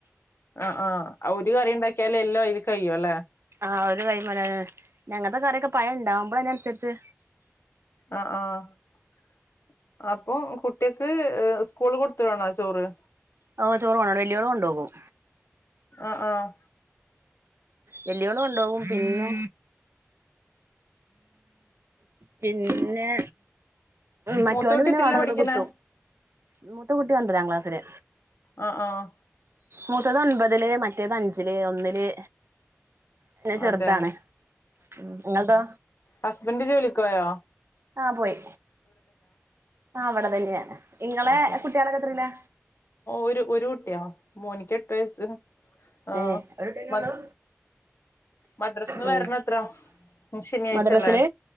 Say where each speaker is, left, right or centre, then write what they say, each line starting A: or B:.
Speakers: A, on the left; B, on the right.
A: ആ ആഹ ഒരു കറി ഉണ്ടാക്കിയാല എല്ലാം അയ്ല് കഴിയും അല്ലെ?
B: ആ ഒരുകറിമെലന്നെ അങ്ങനത്തെ കറിക്കെ പയം ഉണ്ടാവുമ്പോ അയ്നനുസരിച്ച്.
A: ആ ആഹ്അപ്പം കുട്ട്യാക്ക് സ്കൂള് കൊടുത്തവിടണോ ചോറ്‌
B: ഓ ചോറ് വാണം വല്യഓള്‌ കൊണ്ടോകും.
A: ആഹ് ആഹ്
B: വല്യഓള് കൊണ്ടേകും പിന്നെ പിന്നെ മറ്റോന്
A: മൂത്തോട്ടി
B: പിന്നെ
A: എത്രയിലാ
B: അവടന്ന്
A: പഠിക്കുന്നെ
B: കിട്ടും മൂത്ത കുട്ടി ഒൻപതാം ക്ലാസില്
A: ആഹ് ആഹ്
B: മൂത്തത് ഒൻപതില് മറ്റേത് അഞ്ചില് ഒന്നില് പിന്നെ ചെറുതാണ്
A: അതെ
B: നിങ്ങളതോ?
A: ഹസ്ബന്ഡ് ജോലിക്ക് പോയോ?
B: ആഹ് പോയി ആ അവിടെ തന്നെ ആണ് ഇങ്ങളെ
A: അത് ശരി
B: കുട്ടികളക്കെ എത്രയിലാ
A: ഒരു ഒരു കുട്ടിയാ മോനിക്ക് എട്ട് വയസ്സ് ആ
B: ഏ ഒരു കുട്ടിയന്നെ
A: മദ്റ
B: ഉള്ളൂ
A: മദ്രാസിന്ന്
B: ഉം
A: വരണത്ര ശനിയാഴ്ചല്ലേ
B: മദ്രസില്